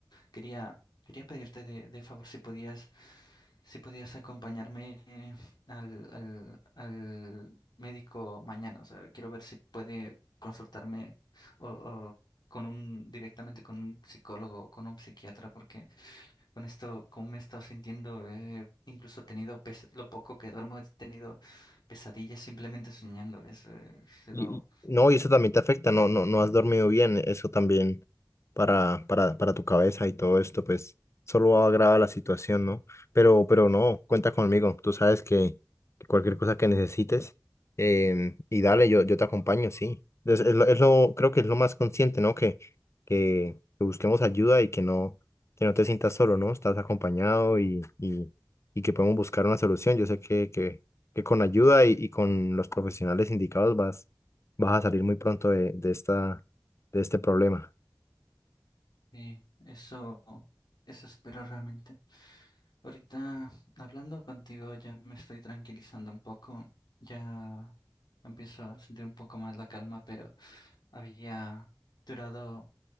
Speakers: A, on the left (about 70°); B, on the left (about 40°).
A: quería, quería pedirte de, de favor si podías si podías acompañarme eh, al, al, al médico mañana. O sea, quiero ver si puede consultarme o, o con un, directamente con un psicólogo o con un psiquiatra, porque con esto, como me he estado sintiendo, eh, incluso he tenido pes- lo poco que duermo, he tenido pesadillas simplemente soñando. Es, eh, ha sido,
B: Y, y- no, y eso también te afecta, no, no, no has dormido bien, eso también para, para, para tu cabeza y todo esto, pues solo agrava la situación, ¿no? Pero, pero no, cuenta conmigo, tú sabes que cualquier cosa que necesites, em, y dale, yo, yo te acompaño, sí. Es, es lo, es lo- creo que es lo más consciente, ¿no? Que, que, que busquemos ayuda y que no, que no te sientas solo, ¿no? Estás acompañado y, y, y que podemos buscar una solución. Yo sé que, que, que con ayuda y, y con los profesionales indicados vas vas a salir muy pronto de, de esta, de este problema.
A: eh, eso, eso espero realmente. Ahorita hablando contigo ya me estoy tranquilizando un poco, ya empiezo a sentir un poco más la calma, pero había durado